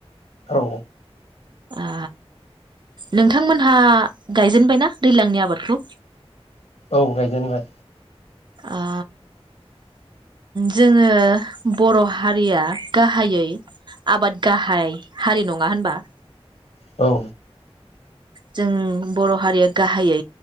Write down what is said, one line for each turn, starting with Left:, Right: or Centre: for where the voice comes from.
Left: औ
Right: आ नोंथांमोनहा गायजेनबायना दैज्लांनि आबादखौ?
Left: औ गायजेनबाय।
Right: आ जोङो बर' हारिया गाहायै आबाद गाहाय हारि नङा होनबा?
Left: औ
Right: जों बर' हारिया गाहायै